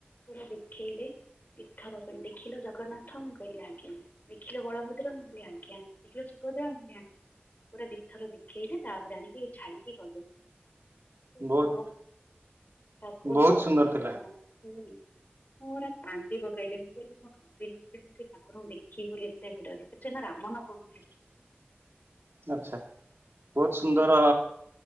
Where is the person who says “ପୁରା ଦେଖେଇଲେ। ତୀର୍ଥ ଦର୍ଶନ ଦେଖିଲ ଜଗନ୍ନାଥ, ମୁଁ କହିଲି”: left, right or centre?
Left